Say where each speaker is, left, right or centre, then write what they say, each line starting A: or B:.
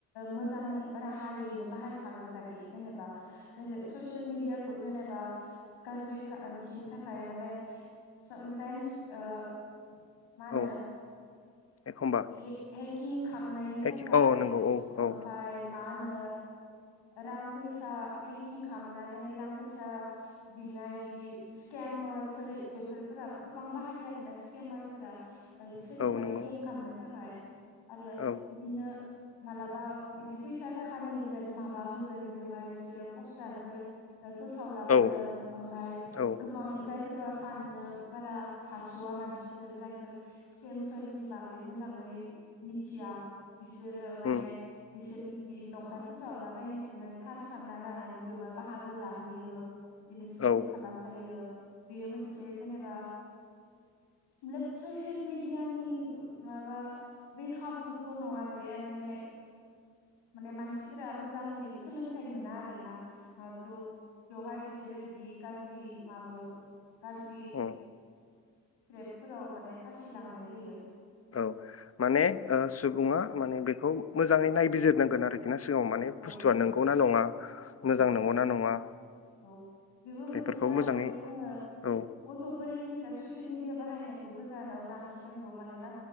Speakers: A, on the left; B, on the left.
A: मोजां राहायैनो बाहायखागोन बादि जेनेबा जसे ससियेल मिडया खौ जेनेबा गाज्रिथिनि थाखाय माने सामटाइमस मा होनो
B: औ एखमबा
A: हे-हेकिं खालामनायनि
B: एखे
A: थाखाय
B: औ नंगौ औ औ
A: ओमफफ्राय मा नो रां फैसा हेकिं खालामनानै रां फैसा बिनायदि स्केमारफोर बेफोरफोरा गोबां बाहायो आरोना स्केमार फोरा आरोदि सोरखौबा
B: औ नंगौ
A: स्केम खालामनो थाखाय आरो
B: औ
A: बिदिनो मालाबा बिदि फैसा थाखानि बिराद माबा होगोन बेवहाय बिसोरो पस्टारफोर फोसावलाबायगोन
B: औ
A: ओमफ्राय
B: औ
A: गोबां जाय। फोरबा साननो बारा हास'वा मानसिफोर जायफोर स्केमफोरनि बागै मोजाङै मिथिया बिस बिसोरो माने
B: उम
A: बिसोरनि नंखाय फोसावलाबायनायखौनो, थार सानना लानानै बेवहाय बाहागो लाहैयो। बिदिनो स्केम
B: औ
A: खालामजायो। बेयो मोनसे जेनेबा मोब ससियेल मिेडियानि माबा बे खाबुथ' नङा। बे माने माने मानसिफोरा मोजाङै सोलोंथाइ मोना आरोना। थ' बेवहाय बिसोरो बिदि गाज्रि माबायाव कार्जि
B: उम
A: ्रेपफोराव माने फासि लांनाय जायो।
B: औ माने सुबुङा माने बेखौ मोजाङै नायबिजिरनांगोन आरोखि। बे सिगाङाव माने
A: औ
B: बुस्थुआ
A: औ
B: नंगौ नना नङा
A: औ
B: मोजां नंगौ ना नङा।
A: औ बेबो मोनसे
B: बेफोरखौ
A: जाहानखे
B: मोजाङै
A: जोङो
B: औ
A: गथ'फोरनिफ्राय ससियेल मिडिया। खुदिया बाहायनायखौ गोजानाव लाखिनांगौ, मानोना